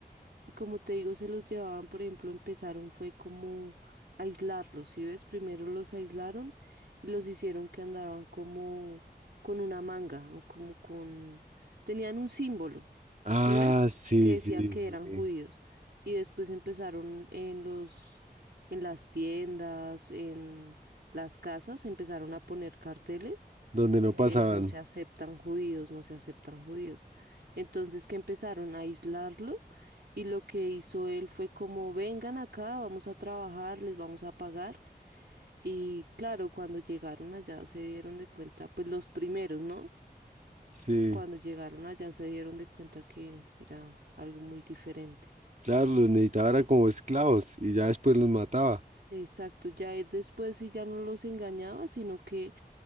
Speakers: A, on the right; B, on the right.
A: Y como te digo, se los llevaban, por ejemplo, empezaron fue como aislarlos, ¿sí ves? Primero los aislaron y los hicieron que andaban como con una manga, o como con... tenían un símbolo,
B: Ah,
A: ¿sí ves?
B: sí,
A: Que decía
B: sí,
A: que eran
B: sí,
A: judíos. Y después empezaron en los, en las tiendas, en las casas, empezaron a poner carteles
B: donde no
A: de
B: pasaban,
A: no se aceptan judíos, no se aceptan judíos. Entonces que empezaron a aislarlos y lo que hizo él fue como vengan acá, vamos a trabajar, les vamos a pagar. Y claro, cuando llegaron allá se dieron de cuenta, pues los primeros, ¿no?
B: sí,
A: Cuando llegaron allá se dieron de cuenta que era algo muy diferente.
B: claro, los necesitaba era como esclavos y ya después los mataba,
A: Exacto, ya él después sí ya no los engañaba, sino que